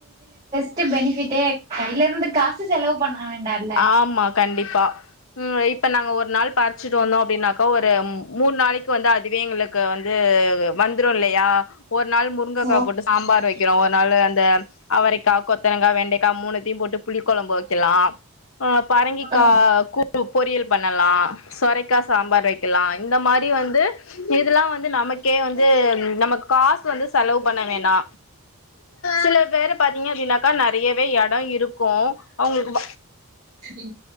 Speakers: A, on the right (about 25°); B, on the left (about 70°).
A: தத்து பெனிஃபிட்டே கையிலருந்து காசு செலவு பண்ண வேண்டால்ல
B: ஆமா கண்டிப்பா ம் இப்ப நாங்க ஒரு நாள் பறிச்சுட்டு வந்தோ அப்டின்னாக்கா ஒரு மூ மூணு நாளைக்கு வந்து அதுவே எங்களுக்கு வந்து வந்துரு இல்லையா ஒரு நாள் முருங்கக்கா
A: ஆ
B: போட்டு சாம்பார் வக்கிறோ ஒரு நாள் அந்த அவரைக்கா கொத் த்தரங்கா வெண்டக்கா மூணுத்தையும் போட்டு புளிக்கொழம்பு வக்கலா ஆ பரங்கிக்கா
A: ஆ
B: கூட்டு பொரியல் பண்ணலா சொரக்கா சாம்பார் வக்கலா இந்த மாரி வந்து இதெல்லா வந்து நமக்கே வந்து நமக்கு காஸ் வந்து செலவு பண்ண வேனா சில பேரு பாத்தீங்க அப்டினாக்கா நெறையவே எடம் இருக்கு அவுங்களுக்கு
A: சரி